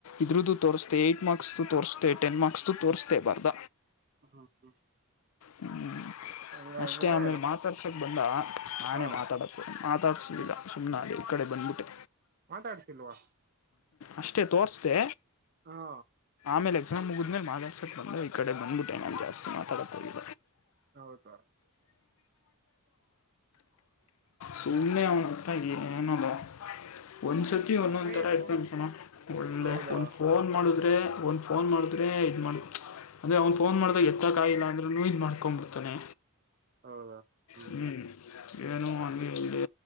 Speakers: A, on the left (about 70°); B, on the right (about 45°).
A: ಇದ್ರುದು ತೋರಿಸಸ್ೆ ಏಟ್ ಮಾರ್ಕ್ಸ್ ತೋರಿಸಸ್ೆ ಟೆನ್ ಮಾರ್ಕ್ಸ್ ಚು ತೋರ್ಸದೆ ಬರ್ದ
B: ಹ್ಮ ಹ್ಮ್
A: ಹ್ಞ
B: ಹಂಗಾದ್ರೆ
A: ಅಷ್ಟೇ ಆಮೇಲೆ ಮಾತಾಡ್ಸೋಕ್ಕೆ ಬಂದ ನಾನೇ
B: ಹಾ
A: ಮಾತಾಡಕ್ಕೆ ಮಾತಾಡ್ಿಸೋಲಿಲ್ಲ ಸುಮ್ಮನ್ ಅದೇ ಈ ಕಡೆ ಬಂದ್ಬಿಟ್ಟು
B: ಮಾತಾಡ್ತಿಲ್ವಾ
A: ಅಷ್ಟೇ ತೋರ್ಸದೆ
B: ಹಾ
A: ಆಮೇಲೆ ಎಕ್ಸಾಮ್ ಮುಗಿದ್ಮೇಲೆ ಮಾತಾಡ್ಸಕ್ಕೆ ಬಂದ ಈ ಕಡೆ ಬಂದಬಿಟ್ಟೆ ನಾನ್ ಜಸ್ತಿ ಮಾತಾಡತಕ ಹೋಗ್
B: ಹೌದಾ
A: ಸುಮ್ನೆ ಅವ್ನತ್ರ ಏನ್ ಅದು ಒಂದ್ಸತಿ ಒಂದೊಂದ್
B: ಇನ್ನೇನು
A: ತರ ಇರ್ತಾನೋ ಕಣೋ ಒಳ್ಳೆ
B: ಹೌದಾ
A: ಒಂದು ಫೋನ್ ಮಾಡಿದ್ರೆ ಒಂದ್ ಫೋನ್ ಮಾಡಿದ್ರೆ ಇದ್ ಮಾಡ ಮಾಚ್ ಅಂದ್ರೆ ಅವನ್ ಫೋನ್ ಮಾಡ್ದಾಗ ಎತ್ತ ಕಾಯಿಲ್ಲ ಅಂದ್ರ ಅದನ್ನು ಇದು ಮಾಡ್ಕೊಂಬಿಡ್ತಾನೆ
B: ಹೌದಾ ಹ್ಮ್
A: ಹ್ಞ ಏನು ಅಂಗ ಇಲ್ಲಿ